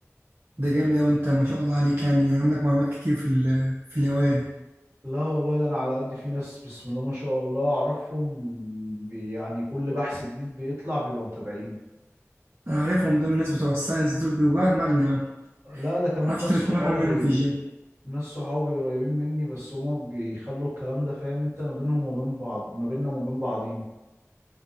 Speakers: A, on the right; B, on the right.
A: ده جامد اوي انت ما شاء الله عليك يعني عندك معلومات كتير في ال- في الهوايه دي
B: لا والله ده انا على قد في ناس بسم الله ما شاء الله اعرفهم بي- يعني كل بحث جديد بيطلع بيبقى متابعينه
A: انا عارفهم دول الناس بتوع الساينس دول بيوجعوا دماغنا يا عم ما
B: لا ده كمان
A: اعرفش
B: ناس
A: تتمرن
B: صحابي
A: منهم في الجيم
B: ناس صحابي قريبين مني بس هما بيخلوا الكلام ده فاهم انت ما بينهم وما بين بعض ما بيننا وما بين بعضينا